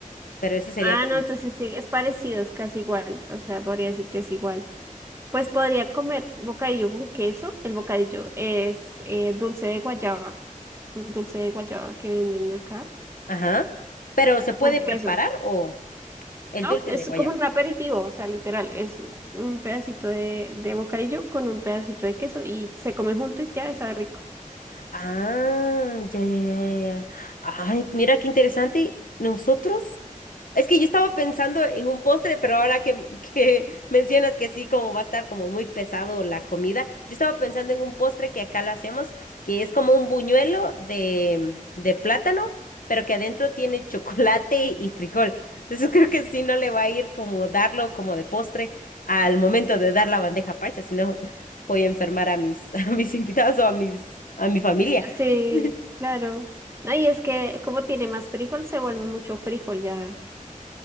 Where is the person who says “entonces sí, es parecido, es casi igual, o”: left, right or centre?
Right